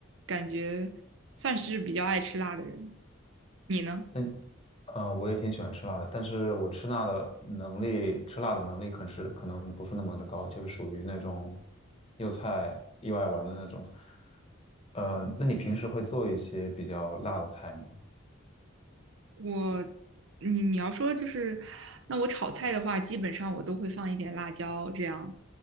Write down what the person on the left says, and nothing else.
嗯，呃，我也挺喜欢吃辣的，但是我吃辣的能力，吃辣的能力可是可能不是那么的高，就是属于那种又菜又爱玩的那种。呃，那你平时会做一些比较辣的菜吗？